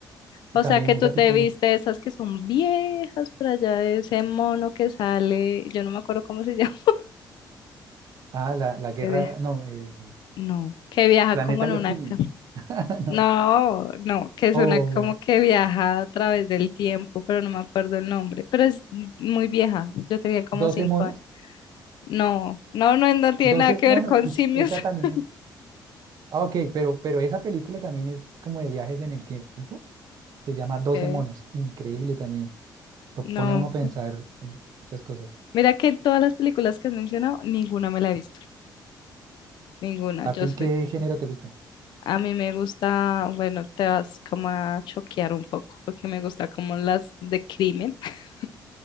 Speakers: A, on the left (about 70°); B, on the right (about 50°).
A: O
B: también
A: sea que
B: es
A: tú
B: así
A: te
B: como,
A: viste esas que son viejas por allá de ese mono que sale, yo no me acuerdo cómo se llama, <laughs>
B: ah, la, la guerra,
A: que viaja,
B: no, eh,
A: no, que viaja
B: Planeta
A: como en
B: de
A: una,
B: los Simios,
A: ca-
B: <laughs> no,
A: no, no, que es
B: o
A: una como que viaja a través del tiempo, pero no me acuerdo el nombre, pero es muy vieja, yo tenía como
B: Doce
A: cinco
B: monos,
A: años. No, no, no, no tiene
B: Doce
A: nada que
B: monos,
A: ver con
B: uy,
A: simios.
B: esa también
A: <laughs>
B: es, ah, ok, pero, pero esa película también es como de viajes en el tiempo, se llama Doce
A: que
B: monos, increíble también, lo
A: No,
B: pone a uno a pensar en muchas cosas.
A: mira que en todas las películas que has mencionado, ninguna me la he visto, ninguna,
B: ¿A
A: yo
B: ti
A: soy
B: qué género te gusta?
A: A mí me gusta, bueno, te vas como a choquear un poco, porque me gusta como las de crimen, <laughs>